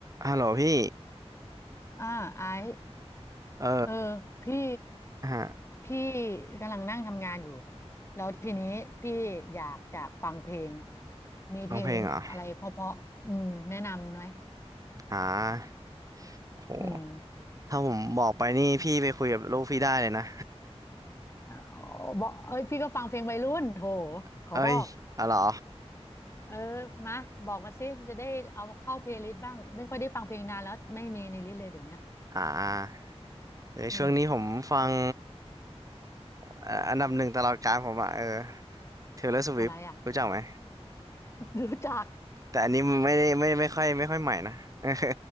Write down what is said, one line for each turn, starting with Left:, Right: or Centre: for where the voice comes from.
Right: ฮัลโหลพี่
Left: อ่าไอซ์
Right: เออ
Left: เออพี่
Right: ฮะ
Left: พี่กำลังนั่งทำงานอยู่แล้วทีนี้พี่อยากจะฟังเพลงมีเพลงอะไรเพราะๆอืมแนะนำไหม
Right: ฟังเพลงเหรออ่าโห
Left: อืม
Right: ถ้าผมบอกไปนี่พี่ไปคุยกับลูกพี่ได้เลยนะ
Left: อ๋อบอกเอ้ยพี่ก็ฟังเพลงวัยรุ่นโถ
Right: <laughs>
Left: ขอบอก
Right: เอ้ยอ๋อเหรอ
Left: เออมาบอกมาสิจะได้เอาเข้าเพลย์ลิสต์บ้างไม่ค่อยได้ฟังเพลงนานแล้วไม่มีในลิสต์เลยเดี๋ยวเนี้ย
Right: อ่าเออช่วงนี้ผมฟัง
Left: อืม
Right: เอ่ออันดับหนึ่งตลอดกาลผมอ่ะเออ Taylor Swift
Left: อะไรอ่ะ
Right: รู้จักไหม
Left: รู้จัก
Right: แต่อันนี้ไม่ได้ไม่ไม่ค่อยไม่ค่อยใหม่นะ <laughs>